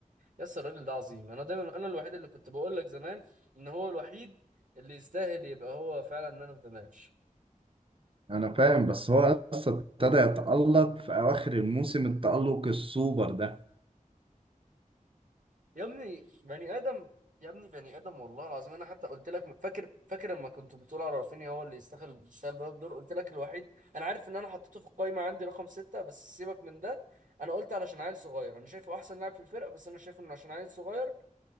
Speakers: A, on the right (about 65°); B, on the right (about 40°).
A: يس الراجل ده عظيم انا دايما انا الوحيد اللي كنت بقول لك زمان ان هو الوحيد اللي يستاهل يبقى هو فعلا مان اوف ذا ماتش
B: انا فاهم بس هو اصلا ابتدى يتالق في اواخر الموسم التالق السوبر ده
A: يا ابني بني ادم يا ابني بني ادم والله العظيم انا حتى قلت لك فاكر فاكر لما كنت بتقول على رافينيا هو اللي يستاهل يستاهل بالون دور قلت لك الوحيد انا عارف ان انا حطيته في القايمه عندي رقم ستة بس سيبك من ده انا قلت علشان عيل صغير انا شايفه احسن لاعب في الفرقه بس انا شايفه انه عشان عيل صغير